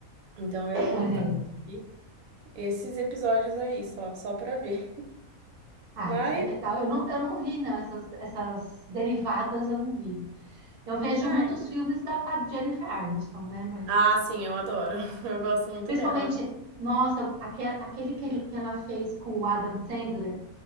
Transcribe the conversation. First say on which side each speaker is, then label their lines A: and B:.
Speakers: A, on the right (about 75°); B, on the right (about 40°).
A: Então eu
B: Olha
A: assisti
B: aí.
A: esses episódios aí, só, só pra ver.
B: Ah,
A: Mas,
B: isso é legal. Eu não, eu não vi, não, essas, essas derivadas eu não vi. Eu vejo
A: ai.
B: muitos filmes da com a Jennifer Aniston, né? Mas
A: Ah, sim, eu adoro. <laughs> Eu gosto muito
B: principalmente,
A: dela.
B: nossa, aque- aquele que, ele- que ela fez com o Adam Sandler,